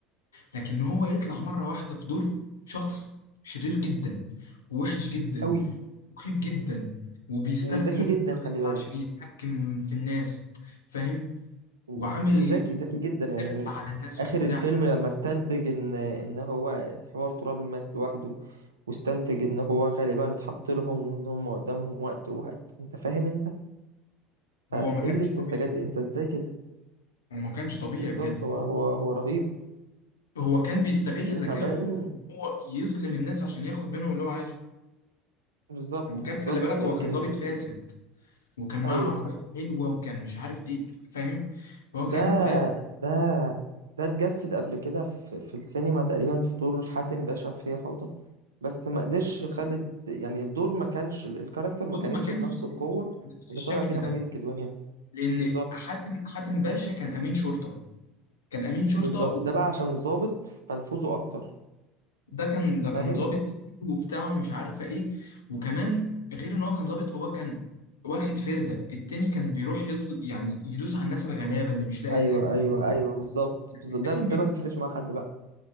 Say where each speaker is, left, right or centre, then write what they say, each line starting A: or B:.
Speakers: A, on the left; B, on the right.
A: لكن هو يطلع مرة واحدة في دور شخص شرير جدا ووحش جدا
B: قوي
A: مخيف جدا وبيستخدم
B: وذكي
A: القوة
B: جدا خلي
A: دي
B: بالك
A: عشان يتحكم في الناس فاهم
B: و-
A: وعامل
B: وذكي ذكي جدا يعني
A: قرد على الناس
B: آخر
A: وبتاع
B: الفيلم لما استنتج إن إن هو حوار تراب الماس لوحده واستنتج إن هو غالبا اتحط لهم وإن هم قدامهم وقت وهت... أنت فاهم أنت؟ فإيه
A: هو ما كانش
B: الاستنتاجات
A: طبيعي
B: دي؟ أنت إزاي كده؟
A: هو ما كانش طبيعي
B: بالظبط
A: بجد
B: هو هو هو رهيب
A: هو كان بيستغل
B: وكمان
A: ذكائه إن هو يظلم الناس عشان ياخد منهم اللي هو عايزه
B: بالظبط
A: وكان
B: بالظبط
A: خلي بالك هو
B: يمكن
A: كان ظابط فاسد وكان معاه
B: أيوه
A: عربية حلوة وكان مش عارف ايه فاهم هو
B: ده
A: كان فاسد
B: ده ده اتجسد قبل كده في, في السينما تقريبا في دور حاتم باشا في هي فوضى بس ما قدرش خالد يعني الدور ما كانش ال- الكاركتر ما
A: دول
B: كانتش
A: ما كانش
B: بنفس القوة
A: بنفس
B: اللي
A: الشكل
B: طالع بيها
A: ده
B: ماجد الكدواني يعني
A: لان
B: بالظبط
A: حاتم حاتم باشا كان امين شرطة كان امين شرطة
B: بالظبط ده بقى عشان ظابط فنفوذه اكتر
A: ده كان ده كان
B: فاهم
A: ظابط كتير وبتاع ومش عارفه ايه وكمان غير ان هو كان ظابط هو كان واخد فرده التاني كان بيروح يزل يعني يدوس على الناس الغلابه اللي مش لاقيه
B: ايوه
A: تاكل
B: ايوه ايوه بالظبط
A: لكن
B: بالظبط ده
A: ده كان
B: ده
A: بيدوس
B: ما بيفرقش مع حد بقى